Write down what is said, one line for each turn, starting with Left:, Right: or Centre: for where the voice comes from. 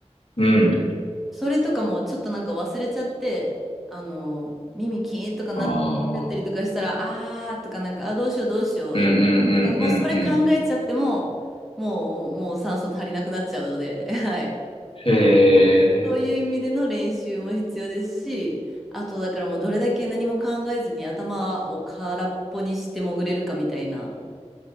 Left: うん。
Centre: それとかもちょっとなんか忘れちゃって、あの、耳キーンとかなっちゃったりとかしたら、
Left: ああ、
Centre: あーとかなんか、あ、どうしようどうしよう、
Left: うんうんうんうんうん。
Centre: 痛い痛いとか、もうそれ考えちゃっても、もう、もう酸素足りなくなっちゃうので、<laughs> はい。
Left: へー
Centre: そういう意味での練習も必要ですし、あとだからもうどれだけ何も考えずに頭を空っぽにして潜れるかみたいな。